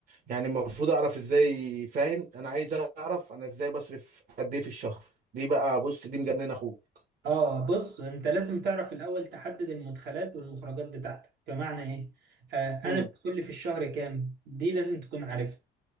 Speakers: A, on the right; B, on the right.
A: يعني المفروض اعرف ازاي فاهم انا عايز اعرف انا ازاي بصرف قد ايه في الشهر دي بقى بص دي مجننه اخوك
B: اه بص انت لازم تعرف الاول تحدد المدخلات والمخرجات بتاعتك بمعنى ايه آه انا
A: امم
B: بدخل لي في الشهر كام دي لازم تكون عارفها